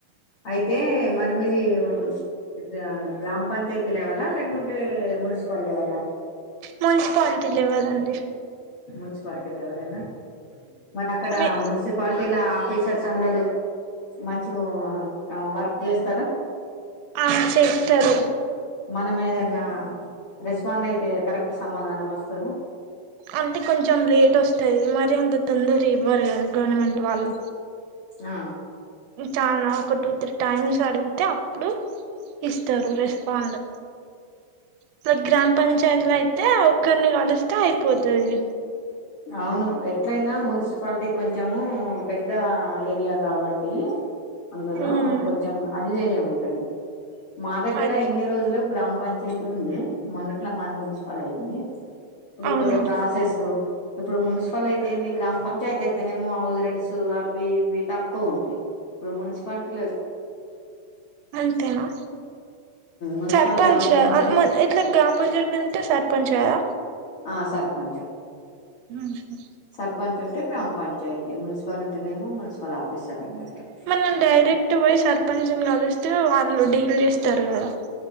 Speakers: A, on the left; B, on the right.
A: అయితే మరి మీది అయితే గ్రా గ్రామ్ పంచాయతీ లెవెల లేకుంటే మున్సిపల్ లెవెల
B: మున్స్ పాల్టీ లెవాల్ అండి
A: మున్స్పాల్టీ లెవెలేనా మరి అక్కడ
B: మీ
A: మున్సి క్వాల్టీల ఆఫీసర్స్ అందరు మంచిగు ఆ వర్క్ చేస్తారా
B: ఆ చెత్తారు
A: మనం ఏదన్నా రెస్పాండ్ అయితే కరెక్ట్ సమాధానం ఒస్తాదా
B: అంటే కొంచం లేట్ ఒస్తాది మరి అంత తొందర్ ఇవ్వరు కదా గొర్నమెంట్ వాళ్ళు
A: అ
B: చాలా ఒక టూ త్రీ టైమ్స్ అడుగుతే అప్పుడు ఇస్తారు రెస్పాండ్ ఇట్లా గ్రామ్ పంచాయతీలు అయితే ఒక్కర్ని కలుస్తే అయిపోతాది
A: అవ్ను ఎట్లయినా మున్సిపాల్టీ కొంచము పెద్ద ఏరియా కాబట్టి అందులో
B: ఉమ్
A: కొంచం అది వేరే ఉంటది మా దగ్గర
B: అదే
A: ఇన్ని రోజులు గ్రామ్ పంచాయ్ ఉండే మొన్నట్లా మాది మున్సిపల్ అయింది ఇప్పుడు
B: అవును
A: కొద్దిగా ప్రాసెస్ సు ఇప్పుడు మున్సిపల్ అయితే ఏంది గ్రామ్ పంచాయతీ అయితేనేమో హౌస్ రెంట్స్ సు అవి ఇవి తక్కువ్ ఉంటాయి ఇప్పుడు మున్స్పాల్టీల
B: అంతేనా
A: మున్సిపాలిటీ
B: సర్పంచ్
A: హౌస్
B: ఆ
A: రెంట్
B: అన్ మల్ ఇట్లా గ్రామ్ పంచాయతీ ఉంటే సర్పంచ్ గదా
A: ఆ సర్పంచు
B: ఉహూ
A: సర్పంచ్ ఉంటే గ్రామ్ పంచాయతీ మున్సిపల్ ఉంటేనేమో మున్సిపల్ ఆఫీసర్ అన్నట్టు
B: మనం డైరెక్ట్ పోయి సర్పంచ్ ని కలిస్తే వాళ్ళు డీల్ చేస్తారు కదా